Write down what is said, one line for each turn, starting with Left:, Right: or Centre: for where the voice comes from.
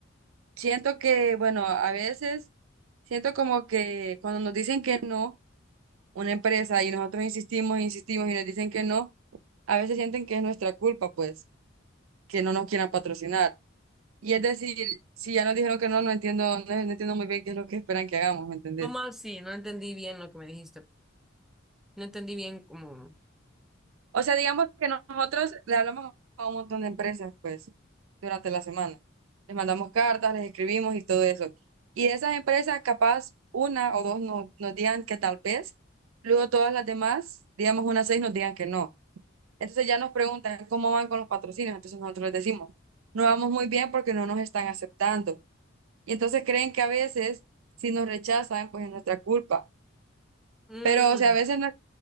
Right: Siento que, bueno, a veces siento como que cuando nos dicen que no, una empresa y nosotros insistimos, insistimos y nos dicen que no, a veces sienten que es nuestra culpa, pues, que no nos quieran patrocinar. Y es decir, si ya nos dijeron que no, no entiendo, no, no entiendo muy bien qué es lo que esperan que hagamos, ¿me entendés?
Centre: ¿Cómo así? No entendí bien lo que me dijiste. No entendí bien cómo.
Right: O sea, digamos que nosotros le hablamos a un montón de empresas, pues, durante la semana. Les mandamos cartas, les escribimos y todo eso. Y de esas empresas, capaz una o dos nos nos digan que tal vez, luego todas las demás, digamos unas seis, nos digan que no. Entonces ya nos preguntan cómo van con los patrocinios. Entonces nosotros les decimos, no vamos muy bien porque no nos están aceptando. Y entonces creen que a veces, si nos rechazan, pues es nuestra culpa.
Centre: Mm,
Right: Pero, o sea, a veces no